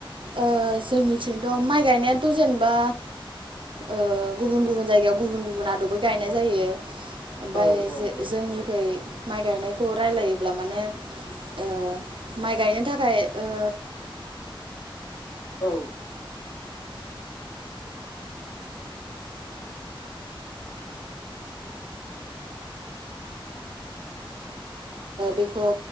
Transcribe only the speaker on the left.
औ औ
औ।